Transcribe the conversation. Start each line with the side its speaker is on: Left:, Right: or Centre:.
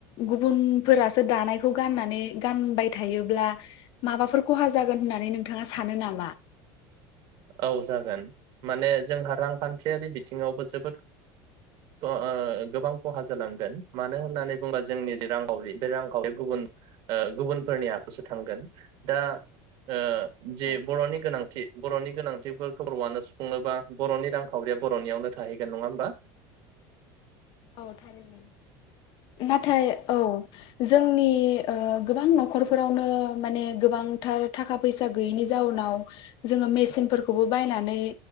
Left: गुबुनफोरासो दानायखौ गाननानै गानबाय थायोब्ला माबाफोर खहा जागोन होननानै नोंथाङा सानो नामा?
Right: औ जागोन माने जोंहा रांखान्थियारि बिथिङावबो जोबोद ओ ओ गोबां खहा जालांगोन मानो होननानै बुंबा जोंनि जे रांखावरि बे रांखावरि गुबुन ओ गुबुनफोरनि आखुसो थांगोन दा ओ जे
Left: औ
Right: बर'नि गोनांथि बर'नि गोनांथिफोर बर'आनो सुफुङोबा बर'नि रांखावरिया बर'नियावनो थाहैगोन नङा होमबा?
Left: औ थारैनो नाथाय औ। जोंनि ओ गोबां न'खरफोरावनो माने गोबांथार थाखा फैसा गैयैनि जाउनाव जोङो मेसिनफोरखौबो बायनानै